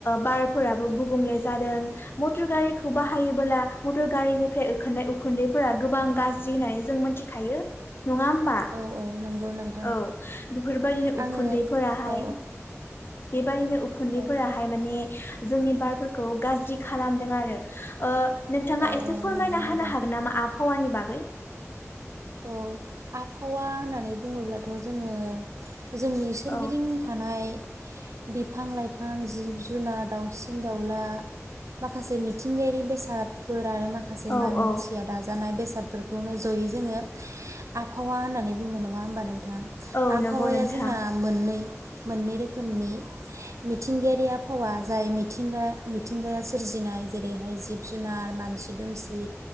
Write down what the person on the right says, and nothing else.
औ औ नंगौ
आङो
औ
औ
औ
नंगौ नोंथां
औ आबहावा होननानै बुङोब्लाथ' जोङो जोंनि सोरगिदिं
थानाय बिफां लाइफां जिब जुनार दाउसिन दाउला माखासे मिथिंगायारि बेसादफोर आरो माखासे
मानसिया
दाजानाय बेसाद बेसादफोरखौनो जयै जोङो आबहावा होननानै बुंङो नङा होमबा नों थां
आबहावाया
जोंना मोननै मोननै रोखोमनि मिथिंगायारि आबहावा जाय मिथिंगा मिथिंगाया सोरजिनाय जेरैहाय जिब जुनार मानसि दुमसि